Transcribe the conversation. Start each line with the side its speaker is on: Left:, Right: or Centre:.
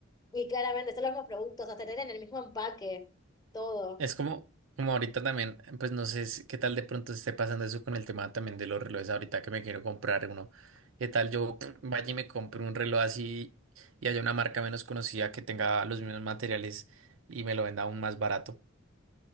Left: y claramente son los mismos productos, hasta tener en el mismo empaque, todo.
Right: Es como, como ahorita también, pues no sé si- qué tal de pronto esté pasando eso con el tema también de los relojes ahorita que me quiero comprar uno. ¿Qué tal yo <clears throat> vaya y me compre un reloj así y haya una marca menos conocida que tenga los mismos materiales y me lo venda aún más barato?